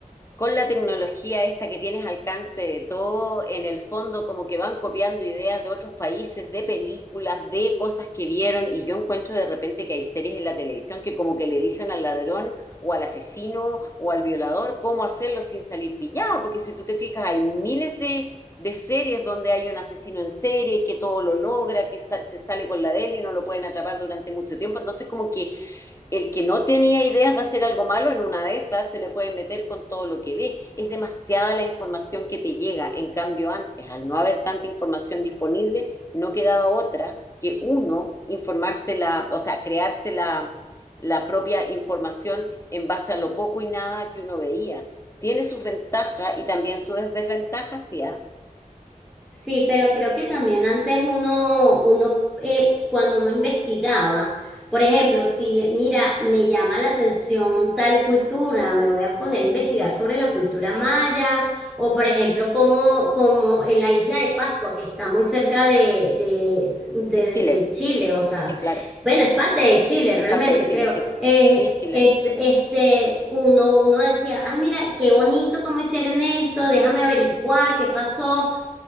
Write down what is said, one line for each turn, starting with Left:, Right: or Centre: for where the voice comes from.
Left: con la tecnología esta que tienes alcance de todo, en el fondo como que van copiando ideas de otros países, de películas, de cosas que vieron, y yo encuentro de repente que hay series en la televisión que como que le dicen al ladrón o al asesino o al violador cómo hacerlo sin salir pillado, porque si tú te fijas hay miles de, de series donde hay un asesino en serie que todo lo logra, que sa- se sale con la de él y no lo pueden atrapar durante mucho tiempo, entonces como que el que no tenía ideas de hacer algo malo, en una de esas se le puede meter con todo lo que ve. Es demasiada la información que te llega. En cambio, antes, al no haber tanta información disponible, no quedaba otra que uno informársela, o sea, crearse la, la propia información en base a lo poco y nada que uno veía. Tiene sus ventajas y también sus desventajas, sí, ¿ah?
Centre: Sí, pero creo que también antes uno, uno eh, cuando uno investigaba, por ejemplo, si mira, me llama la atención tal cultura, me voy a poner a investigar sobre la cultura maya, o por ejemplo, como, como en la isla de Pascua, que está muy cerca de, de, de-
Left: Es Chile,
Centre: de Chile, o sea,
Left: sí, claro.
Centre: bueno, es parte de Chile
Left: Es
Centre: realmente,
Left: parte de Chile,
Centre: creo.
Left: sí.
Centre: Eh,
Left: Sí, es chileno.
Centre: es, este, uno, uno decía, ay, mira, qué bonito cómo hicieron esto, déjame averiguar qué pasó.